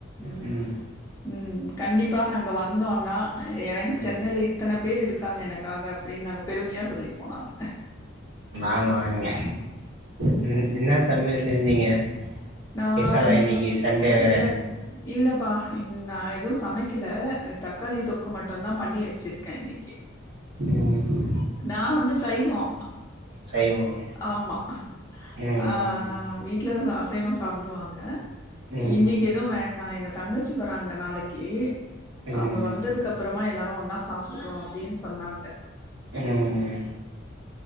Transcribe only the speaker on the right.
ம்
ம்
நாங்களூம் வாங் இங்க ன்னு என்னா சமயல் செஞ்சீங்க
ஸ்பெஷலா
இன்னைக்கு சண்டே வேற
ம்
சைவமா
ம்
ஆமா
ம்
ம்
ம்